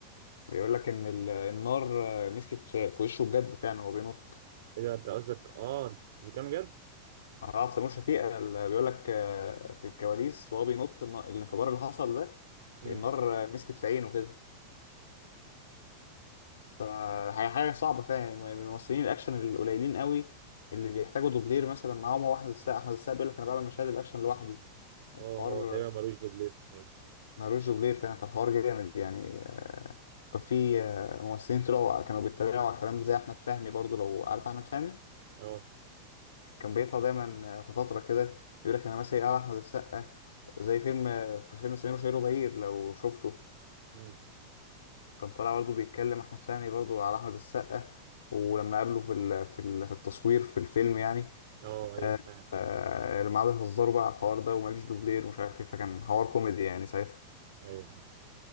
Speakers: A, on the left (about 80°); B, on the right (about 65°).
A: بيقول لك ان ال- النار مسكت في في وشه بجد فعلا وهو بينط
B: إيه ده أنت قصدك أه أفريكانو جد؟
A: اه في تيمور شفيقة اللي بيقول لك آه، في الكواليس وهو بينط الن- الانفجار اللي حصل ده
B: مم.
A: النار آه، مسكت في عينه كده فحاجة حاجة صعبة فعلا من الممثلين الأكشن القليلين قوي اللي بيحتاجوا دوبلير مثلا معاهم هو أحمد السقا أحمد السقا بيقول لك أنا بعمل مشاهد الأكشن لوحدي
B: أه
A: الحوار
B: هو تقريبا ملوش دوبلير صحيح
A: مالوش دوبلير فعلا فالحوار جامد يعني آه، كان في آه، ممثلين طلعوا كانوا بيتريقوا على الكلام ده زي أحمد فهمي برضو لو عارف أحمد فهمي
B: أه
A: كان بيطلع دايما في فترة كده يقول لك انا مثلا على احمد السقا زي فيلم في فيلم سمير وشهير وبهير لو شفته
B: مم.
A: كان طالع برضه بيتكلم احمد فهمي برضه على احمد السقا ولما قابله في ال- في ال- في التصوير في الفيلم يعني
B: اه ايوه
A: آه،
B: فاهم
A: آه، لما قعدوا يهزروا بقى على الحوار ده وماليش دوبلير ومش عارف ايه فكان حوار كوميدي يعني ساعتها
B: ايوه